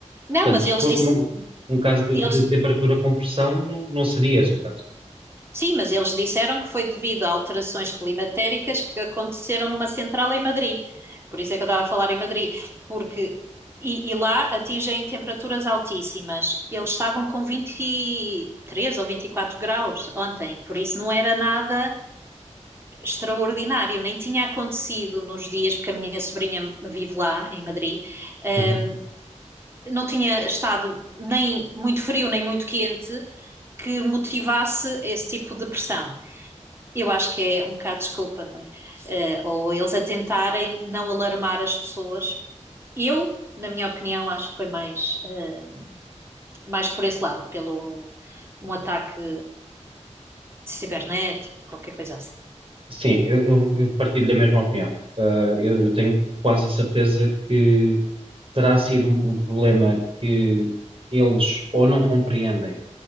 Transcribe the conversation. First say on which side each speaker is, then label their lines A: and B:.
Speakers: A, on the right; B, on the right.
A: Não,
B: Portanto,
A: mas
B: se
A: eles,
B: fosse
A: disse,
B: um, um caso de,
A: eles
B: de temperatura com pressão, não, não seria esse o caso.
A: Sim, mas eles disseram que foi devido a alterações climatéricas que aconteceram numa central em Madrid. Por isso é que eu estava a falar em Madrid, porque e, e lá atingem temperaturas altíssimas. Eles estavam com 23 ou 24 graus ontem, por isso não era nada extraordinário, nem tinha acontecido nos dias, porque a minha sobrinha vive lá em Madrid, hum,
B: Uhum.
A: não tinha estado nem muito frio nem muito quente que motivasse esse tipo de pressão. Eu acho que é um bocado desculpa, não é? Eh, ou eles a tentarem não alarmar as pessoas. Eu, na minha opinião, acho que foi mais, eh, mais por esse lado, pelo um um ataque cibernético, qualquer coisa assim.
B: Sim, eu, eu- eu partilho da mesma opinião. Ah, eu, eu tenho quase a certeza que terá sido um, um problema que eles ou não compreendem,